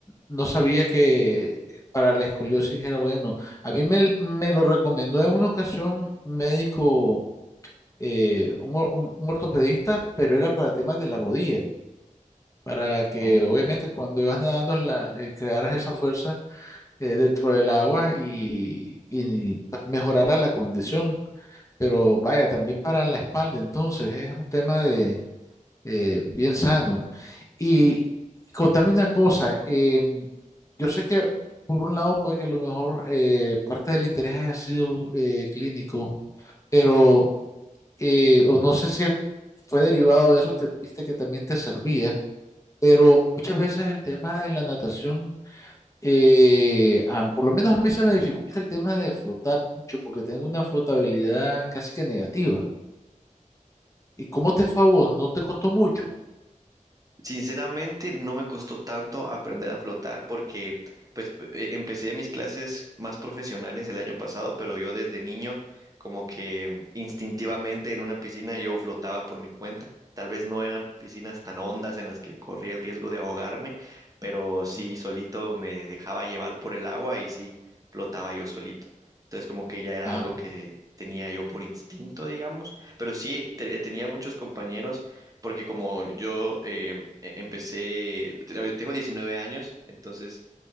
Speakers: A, on the left; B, on the right.
A: no sabía que para la escoliosis era bueno. A mí me, me lo recomendó en una ocasión un médico, eh, un or- un- un ortopedista, pero era para temas de la rodilla. para que
B: Oh,
A: obviamente cuando ibas nadando la- eh, crearas esa fuerza eh, dentro del agua y, y pues, mejorara la condición. Pero vaya, también para la espalda, entonces es un tema de eh, bien sano.
B: sí.
A: Y contame una cosa, eh, yo sé que por un lado puede que a lo mejor eh, parte del interés haya sido eh, clínico, pero eh, o no sé si fue derivado de eso que viste que también te servía pero muchas veces el tema de la natación, eh, a- por lo menos a mí se me dificulta el tema de flotar mucho porque tengo una flotabilidad casi que negativa. ¿Y cómo te fue a vos? ¿No te costó mucho?
B: Sinceramente, no me costó tanto aprender a flotar porque pues e- e, empecé mis clases más profesionales el año pasado, pero yo desde niño como que instintivamente en una piscina yo flotaba por mi cuenta. Tal vez no eran piscinas tan hondas en las que corría el riesgo de ahogarme, pero sí
A: Mm,
B: solito me dejaba llevar por el agua y sí flotaba yo solito. Entonces como que ya era
A: Ah,
B: algo que tenía yo por instinto, digamos, pero sí te- tenía muchos compañeros porque como yo eh, e- empecé, te- tengo 19 años, entonces